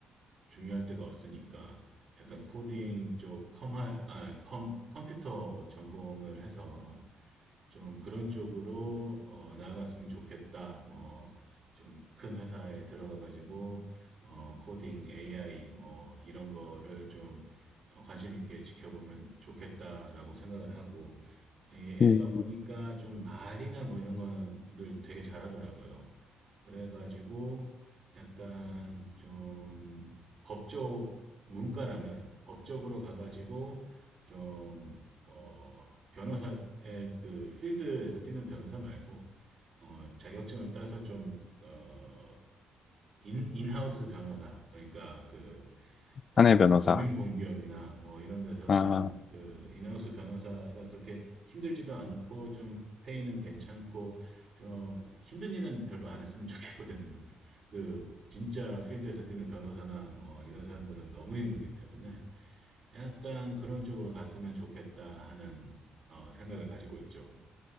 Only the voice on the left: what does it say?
음,
사내
변호사.
아,